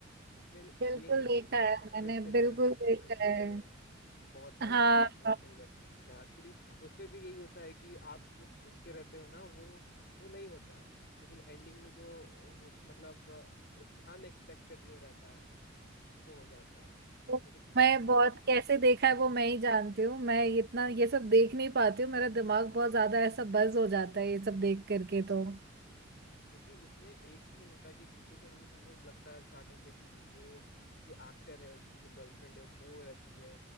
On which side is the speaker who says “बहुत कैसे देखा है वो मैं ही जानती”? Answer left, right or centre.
Right